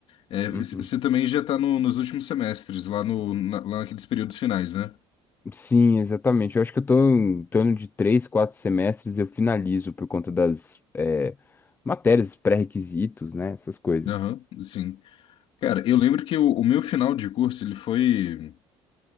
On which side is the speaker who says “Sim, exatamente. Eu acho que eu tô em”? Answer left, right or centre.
Left